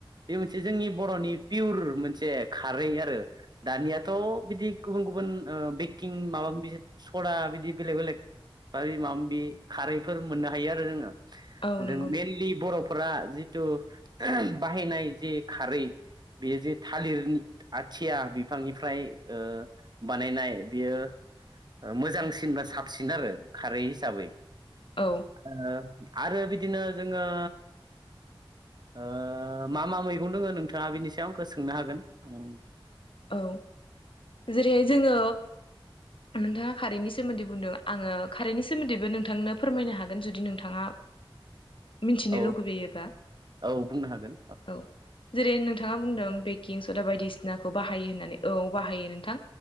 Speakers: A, on the right; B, on the left.
A: बे मोनसे जोंनि बर'नि पियुर मोनसे खारै आरो। दानियाथ' बिदि गुबुन गुबुन ओ बेकिं माबा बिजिद सदा बिदि बेलेग बेलेग आरि मामबि खारैफोर मोननो हायो आरो जोङो।
B: औ नंगौ
A: जों
B: नोंथां
A: मेनलि बर'फोरा जिथु बाहायनाय जि खारै बेयो जे थालिरनि आथिया बिफांनिफ्राय ओ बानायनाय बियो मोजांसिन बा साबसिन आरो खारै हिसाबै।
B: औ।
A: ओ आरो बिदिनो जोङो ओ मा मा मैगं दोङो नोंथाङा बेनि सायाव आंखौ सोंनो हागोन उम।
B: औ जेरैहाय जोङो नोंथाङा खारैनि सोमोन्दै बुंदों। आङो कारैनि सोमोन्दैबो नोंथांनो फोरमायनो हागोन जुदि नोंथाङा मिनथिनो
A: औ
B: लुगैयोबा
A: औ बुंनो हागोन
B: औ। जेरै नोंथाङा बुंदों बेकिं सदा बायदिसिनाखौ बाहायो होननानै औ बाहायो नोंथां।